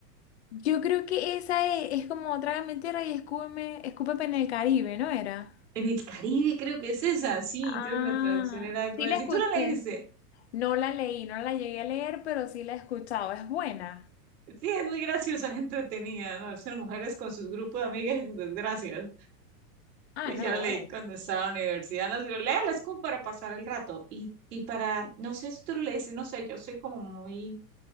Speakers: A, on the left; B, on the right.
A: Yo creo que esa e- es, como Trágame tierra y escúpeme, escúpeme en el Caribe, ¿no era?
B: En el Caribe creo que es esa, sí,
A: Ah,
B: creo que la traducción era algo
A: sí
B: así.
A: la escuché.
B: ¿Tú la leíste?
A: No la leí, no la llegué a leer, pero sí la he escuchado. ¿Es buena?
B: Sí, es muy graciosa, es entretenida, ¿no? Son mujeres con sus grupos de amigas y sus desgracias.
A: Ah,
B: Y
A: no,
B: yo lo leí
A: bueno.
B: cuando estaba en la universidad, nos dijo, léelo, es como para pasar el rato. Y, y para, no sé si tú lo leíste, no sé, yo soy como muy,